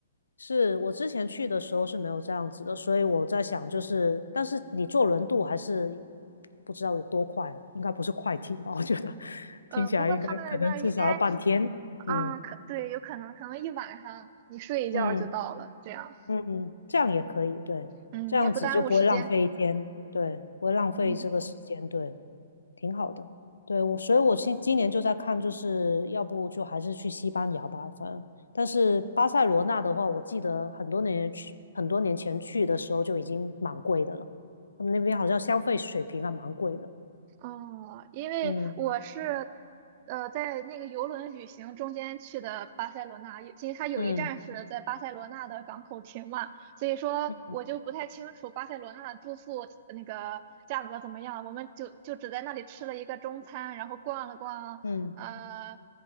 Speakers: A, on the left; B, on the right.
A: 是我之前去的时候是没有这样子的，所以我在想，就是但是你坐轮渡还是不知道有多快，应该不是快艇吧？我觉得
B: 呃，
A: 听起来应该可能至少要半天。
B: 不过他们那儿应该啊，
A: 嗯
B: 可对，有可能可能一晚上你睡一觉就到了，
A: 嗯
B: 这样，
A: 嗯，这样也可以，对，
B: 嗯，
A: 这样子就不会浪费一天，
B: 也不耽误时间。
A: 对，不会浪费这个时间，
B: 嗯。
A: 对。挺好的。对，我，所以我今今年就在看，就是要不就还是去西班牙吧，反正。但是巴塞罗那的话，我记得很多年去，很多年前去的时候就已经蛮贵的了。他们那边好像消费水平还蛮贵的。
B: 哦，因为我是
A: 嗯
B: 呃在那个游轮旅行中间去的巴塞罗那，其实它有一站是在巴塞罗那的港口停嘛，
A: 嗯
B: 所以说我就不太清楚巴塞罗那的住宿那个价格怎么样，
A: 嗯
B: 我们就就只在那里吃了一个中餐，然后逛了逛呃
A: 嗯，